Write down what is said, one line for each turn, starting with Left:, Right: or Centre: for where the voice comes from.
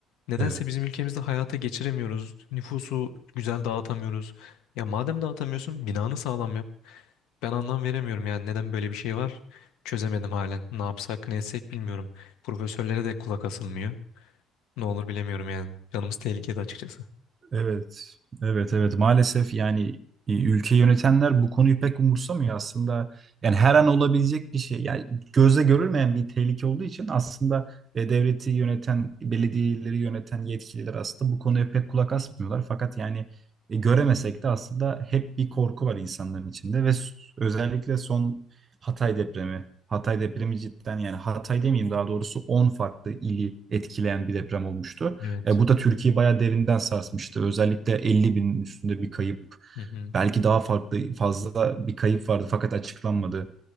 Left: nedense
Right: Evet.
Left: bizim ülkemizde hayata geçiremiyoruz. Nüfusu güzel dağıtamıyoruz. Ya madem dağıtamıyorsun binanı sağlam yap. Ben anlam veremiyorum yani neden böyle bir şey var. Çözemedim halen. Ne yapsak ne etsek bilmiyorum. Profesörlere de kulak asılmıyor. Ne olur bilemiyorum yani. Canımız tehlikede açıkçası.
Right: Evet, evet, evet. Maalesef yani e, ülke yönetenler bu konuyu pek umursamıyor aslında. Yani her an olabilecek bir şey. Yani gözle görülmeyen bir tehlike olduğu için aslında e, devleti yöneten, belediyeleri yöneten yetkililer aslında bu konuya pek kulak asmıyorlar. Fakat yani e, göremesek de aslında hep bir korku var insanların içinde ve s- özellikle son Hatay depremi. Hatay depremi cidden yani Hatay demeyeyim daha doğrusu 10 farklı ili etkileyen bir deprem olmuştu.
Left: Evet.
Right: E, bu da Türkiye'yi bayağı derinden sarsmıştı. Özellikle 50 binin üstünde bir kayıp.
Left: Hı hı.
Right: Belki daha farklı fazla bir kayıp vardı fakat açıklanmadı.